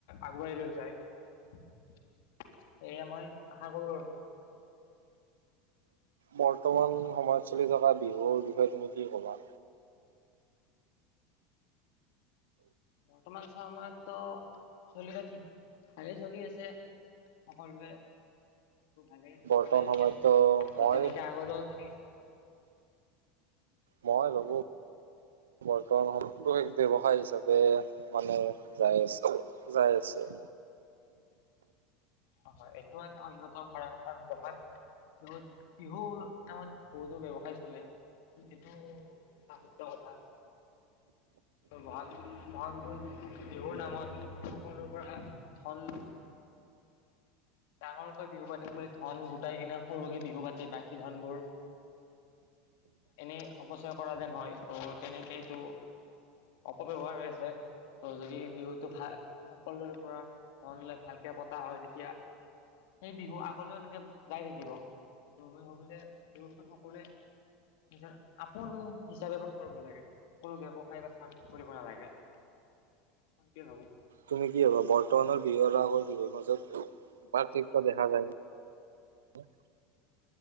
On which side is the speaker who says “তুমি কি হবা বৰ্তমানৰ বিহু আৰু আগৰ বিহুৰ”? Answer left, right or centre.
Right